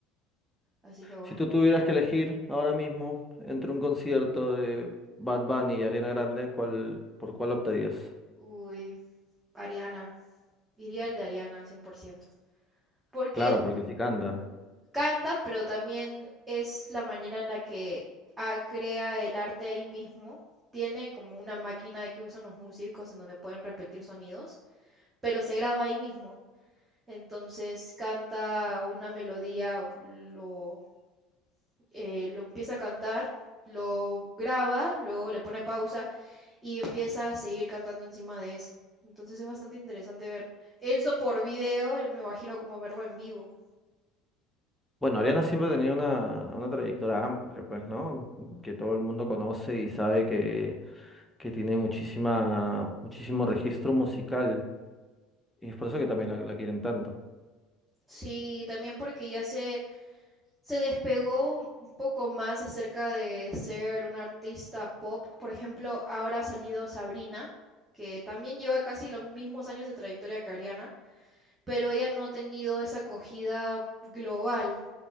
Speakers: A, on the right (about 20°); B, in the centre.
A: así que bueno.
B: Si tú tuvieras que elegir ahora mismo entre un concierto de Bad Bunny y Ariana Grande, ¿cuál, por cuál optarías?
A: Uy, Ariana. Iría el de Ariana cien por ciento Porque
B: Claro, porque sí canta.
A: canta, pero también es la manera en la que ah, crea el arte ahí mismo. Tiene como una máquina de que usan los músicos en donde pueden repetir sonidos, pero se graba ahí mismo. Entonces canta una melodía, lo, eh, lo empieza a cantar, lo graba, luego le pone pausa y empieza a seguir cantando encima de eso. Entonces es bastante interesante ver eso por video, yo me imagino como verlo en vivo.
B: Bueno, Ariana siempre ha tenido una, una trayectoria amplia, pues, ¿no? Que todo el mundo conoce y sabe que que tiene muchísima, muchísimo registro musical y es por eso que también la, la quieren tanto.
A: Sí, también porque ya se se despegó un poco más acerca de ser una artista pop. Por ejemplo, ahora ha salido Sabrina, que también lleva casi los mismos años de trayectoria que Ariana, pero ella no ha tenido esa acogida global